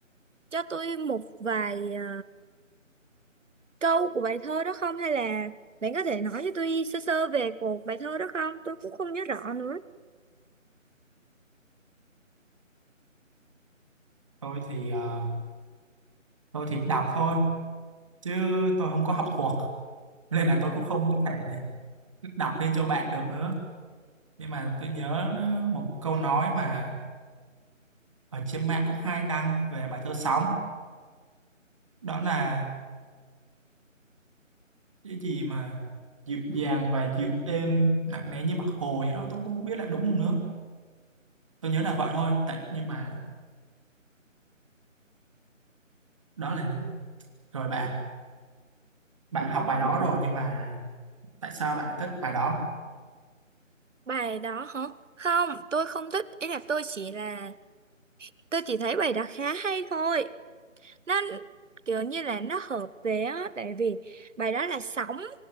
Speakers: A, on the right; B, on the right.
A: cho tôi một vài ờ, câu của bài thơ đó không? Hay là bạn có thể nói cho tôi sơ sơ về cuộc bài thơ đó không? Tôi cũng không nhớ rõ nữa.
B: Tôi thì ờ, tôi thì đọc thôi chứ tôi không có học thuộc nên là tôi cũng không thể đọc lên cho bạn được nữa nhưng mà tôi nhớ một câu nói mà ở trên mạng cũng hay đăng về bài thơ sóng đó là cái gì mà dịu dàng và dịu êm nặng nề như mặt hồ gì đó tôi cũng không biết là đúng không nữa tôi nhớ là vậy thôi tại nhưng mà đó là rồi bạn bạn học bài đó rồi nhưng mà tại sao bạn lại thích bài đó
A: Bài đó hả? Không, tôi không thích. Ý là tôi chỉ là... Tôi chỉ thấy bài đó khá hay thôi. nó kiểu như là nó hợp về á tại vì bài đó là sóng